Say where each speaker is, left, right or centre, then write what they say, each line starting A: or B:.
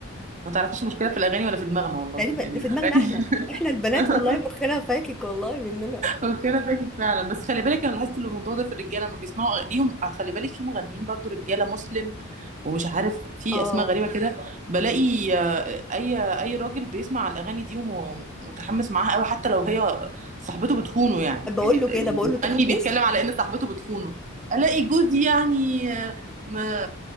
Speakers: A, on the right; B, in the centre.
A: ما تعرفيش المشكلة في الأغاني ولا في دماغنا والله
B: تقريبا
A: يعني
B: في
A: الأغاني
B: دماغنا احنا احنا البنات
A: <laughs>
B: والله مخنا فاكك والله مننا
A: اوكي انا فاكر فعلا بس خلي بالك انا لاحظت إن الموضوع ده في الرجاله لما بيسمعوا اغانيهم آه، خلي بالك في مغنيين برضو رجاله مسلم ومش عارف في
B: اه
A: اسماء غريبه كده بلاقي آه، اي اي راجل بيسمع الاغاني دي ومتحمس معاها قوي حتى لو هي صاحبته بتخونه يعني
B: بقول
A: يعني
B: له كده
A: المغني
B: بقول له انت فركشت
A: بيتكلم على ان صاحبته بتخونه الاقي جوزي يعني آه، ما